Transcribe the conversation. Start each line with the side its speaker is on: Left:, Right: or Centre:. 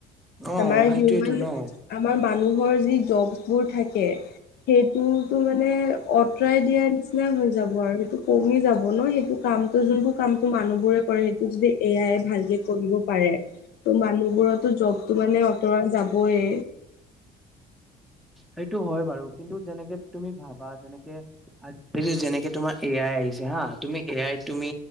Centre: অঁ,
Left: আমাৰ
Centre: অঁ সেইটোৱেটো
Left: হিউমেন
Centre: ন '?
Left: আমাৰ মানুহৰ যি জববোৰ থাকে সেইটোতো মানে অঁতৰাই দিয়া নিচিনা হৈ যাব আৰু সেইটো। কমি যাব ন'? সেইটো কামটো যোনটো কামটো মানুহবোৰে কৰে সেইটো যদি এ আই ভালকে কৰিব পাৰে। ত' মানুহবোৰটো জবটো মানে অঁতৰা যাবই।
Centre: সেইটো হয় বাৰু কিন্তু যেনেকে তুমি ভাবা যেনেকে আজিকালি যেনেকে তোমাৰ এ আই আহিছে হাঁ। তুমি এ আইত তুমি